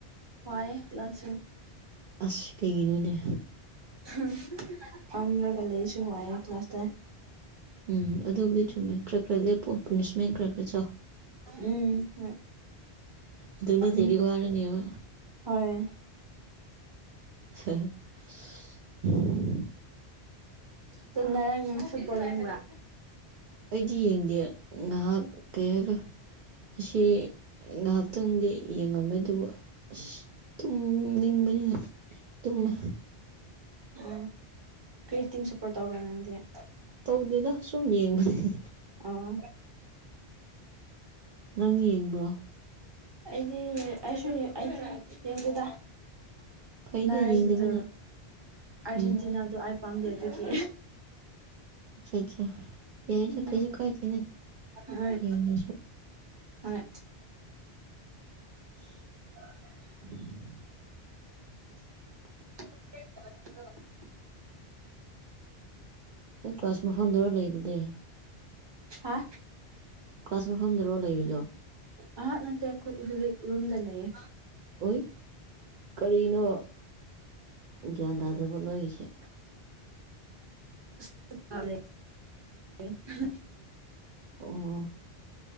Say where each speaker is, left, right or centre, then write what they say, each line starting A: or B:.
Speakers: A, on the right; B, on the right.
A: ꯋꯥꯌꯦ ꯀ꯭ꯂꯥꯁ ꯁꯦ꯫
B: ꯑꯁ꯭ ꯀꯩꯒꯤ ꯅꯣ ꯅꯦ
A: ꯍꯨꯝ ꯐꯝꯔꯥꯒ ꯂꯩꯔꯥꯁꯨ ꯌꯥꯏꯌꯦ ꯀ꯭ꯂꯥꯁꯇꯥ
B: ꯎꯝ ꯑꯗꯨꯕꯨꯗꯤ ꯆꯨꯝꯃꯦ ꯈꯔꯥ ꯈꯔꯥ ꯂꯦꯞꯄꯣ ꯄꯅꯤꯁꯃꯦꯟ ꯈꯔꯥ ꯈꯔꯥ ꯆꯥꯎ
A: ꯎꯝ ꯍꯣꯏ
B: ꯑꯗꯨ ꯅꯠꯇ꯭ꯔꯗꯤ
A: ꯎꯝ
B: ꯋꯥꯔꯥ ꯅꯤꯕ꯫
A: ꯍꯣꯏ
B: <unintelligible>
A: ꯇꯨ ꯉꯔꯥꯡ ꯐꯨꯠꯕꯣꯜ ꯌꯦꯡꯕ꯭ꯔ
B: ꯑꯩꯗꯤ ꯌꯦꯡꯗꯦ ꯉꯥꯏꯍꯥꯛ ꯀꯩ ꯍꯥꯏꯕ ꯑꯁꯤ ꯉꯥꯏꯍꯥꯛꯇꯪꯗꯤ ꯌꯦꯡꯉꯝꯃꯦ ꯑꯗꯨꯕꯨ ꯑꯁ ꯇꯨꯝ ꯅꯤꯡꯕꯥ ꯅꯤꯅꯦ ꯇꯨꯝꯃꯣ
A: ꯎ ꯀꯔꯤ ꯇꯤꯝ ꯁꯄꯣꯔꯠ ꯇꯧꯕ꯭ꯔ ꯅꯪꯗꯤ
B: ꯇꯧꯗꯦꯗꯥ ꯁꯨꯝ ꯌꯦꯡꯕꯅꯦ
A: ꯑꯣ
B: ꯅꯪ ꯌꯦꯡꯕ꯭ꯔꯣ
A: ꯑꯩꯗꯤ ꯑꯩꯁꯨ ꯑꯩꯗꯤ ꯌꯦꯡꯗꯦꯗꯥ꯫
B: ꯐꯩꯗ
A: ꯉꯔꯥꯡꯒꯤꯗꯨ
B: ꯌꯦꯡꯗꯕꯅ
A: ꯑꯥꯔꯖꯦꯟꯇꯤꯅꯥ
B: ꯎꯝ
A: ꯗꯣ ꯑꯩ ꯄꯥꯝꯗꯦ ꯑꯗꯨꯗꯒꯤ꯫
B: ꯑꯣꯀꯦ ꯑꯣꯀꯦ ꯌꯥꯏꯗꯥ
A: ꯎꯝ
B: ꯀꯩꯁꯨ ꯀꯥꯏꯗꯦ ꯅꯦ
A: ꯍꯣꯏ
B: ꯌꯦꯟꯑꯦ ꯑꯩꯁꯨ꯫
A: ꯍꯣꯏ
B: <inaudible>
A: <unintelligible>
B: ꯑꯩ ꯀ꯭ꯂꯥꯁ ꯃꯐꯝꯗꯨꯔ ꯂꯩꯕꯅꯤ
A: ꯍꯥ
B: ꯀ꯭ꯂꯥꯁ ꯃꯐꯝꯗꯨꯔꯣ ꯂꯩꯔꯤꯗꯣ
A: ꯑꯍꯥ ꯅꯠꯇꯦ ꯑꯩꯈꯣꯏ ꯍꯧꯖꯤꯛ ꯔꯨꯝꯗ ꯂꯩꯌꯦ
B: ꯑꯣꯏ ꯀꯔꯤꯅꯣ ꯒ꯭ꯌꯥꯟ ꯇꯥꯗꯦꯕꯣ ꯅꯣꯏꯒꯤꯁꯦ
A: <unintelligible> <unintelligible>
B: ꯑꯣ